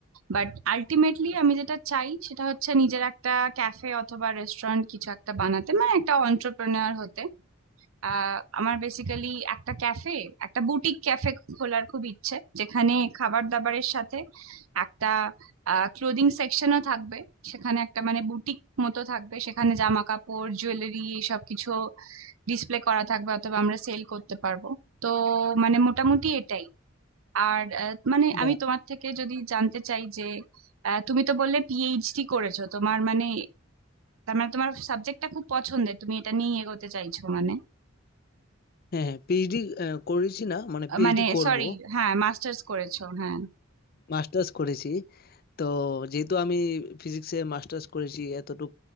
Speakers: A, on the right (about 80°); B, on the left (about 45°).
A: বাট আলটিমেটলি আমি যেটা চাই সেটা হচ্ছে নিজের একটা ক্যাফে অথবা রেস্টুরেন্ট কিছু একটা বানাতে মানে একটা অন্টারপ্রেনার হতে আহ আমার বেসিক্যালি একটা ক্যাফে একটা বুটিক ক্যাফে খোলার খুব ইচ্ছে যেখানে খাবার দাবারের সাথে একটা ক্লোদিং সেকশনও থাকবে সেখানে একটা মানে বুটিক মতো থাকবে সেখানে জামা কাপড় জুয়েলারি এসব কিছু ডিসপ্লে করা থাকবে অথবা আমরা সেল করতে পারবো তো মানে মোটামুটি এটাই আর আহ, মানে
B: বা
A: আমি তোমার থেকে যদি জানতে চাই যে আহ, তুমি তো বললে পিএইচডি করেছো তোমার মানে তার মানে তোমার সাবজেক্টটা খুব পছন্দের তুমি এটা নিয়ে এগোতে চাইছো মানে
B: হ্যাঁ হ্যাঁ পিএইচডি করেছি না মানে পিএইচডি
A: মানে
B: করব
A: সরি হ্যাঁ মাস্টার্স করেছো হ্যাঁ
B: মাস্টার্স করেছি তো যেহেতু আমি ফিজিক্সে মাস্টার্স করেছি এতটুক